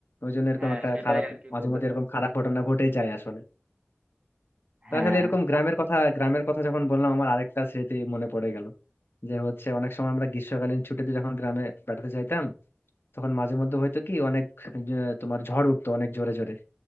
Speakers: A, on the left (about 60°); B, on the right (about 30°).
A: ওই জন্য এরকম
B: হ্যাঁ
A: একটা
B: সেটাই
A: খারাপ
B: আর কি
A: মাঝে
B: বলতে
A: মধ্যে
B: চাচ্ছি
A: এরকম খারাপ ঘটনা ঘটে যায় আসলে তো
B: হ্যাঁ
A: আসলে এরকম গ্রামের কথা গ্রামের কথা যখন বললাম আমার আরেকটা স্মৃতি মনে পড়ে গেল যে হচ্ছে অনেক সময় আমরা গ্রীষ্মকালীন ছুটিতে যখন গ্রামে বেড়াতে যাইতাম তখন মাঝে মধ্যে হয়তো কি অনেক যে তোমার ঝড় উঠতো অনেক জোরে জোরে